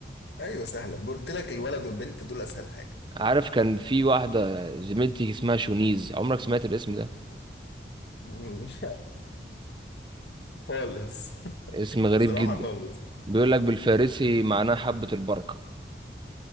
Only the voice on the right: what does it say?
عارف كان في واحدة زميلتي اسمها شونيز عمرك سمعت الاسم ده
اسم غريب
جدا
بيقول لك بالفارسي معناه حبة البركة